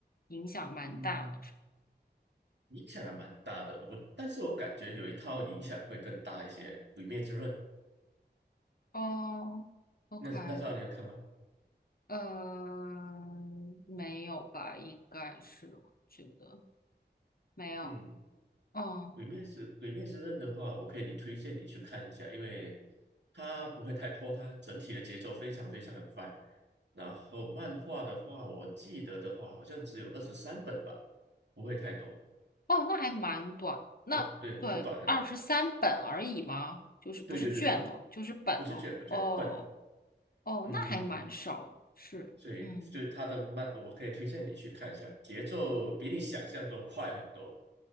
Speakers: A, on the left; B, on the right.
A: 影响蛮大的。
B: 嗯，影响还蛮大的。我但是我感觉有一套影响会更大一些，《鬼灭之刃》
A: 哦，OK，
B: 那那套你有看吗？
A: 呃，没有吧？应该是，我觉得没有。
B: 嗯，
A: 嗯，
B: 《鬼灭之鬼灭之刃》的话，我可以你推荐你去看一下，因为它不会太拖沓，整体的节奏非常非常的快。然后漫画的话，我记得的话好像只有二十三本吧，不会太多，
A: 哦，那还蛮短。那对，
B: 很对，很短很短。
A: 二十三本而已嘛，就是不是卷哦，
B: 对对对，
A: 就是本哦。
B: 不是卷不卷，
A: 哦
B: 本。
A: 哦，
B: 嗯，
A: 那还蛮少的。是，
B: 所以就是他的慢，
A: 嗯，
B: 我可以推荐你去看一下，节奏比你想象中快很多。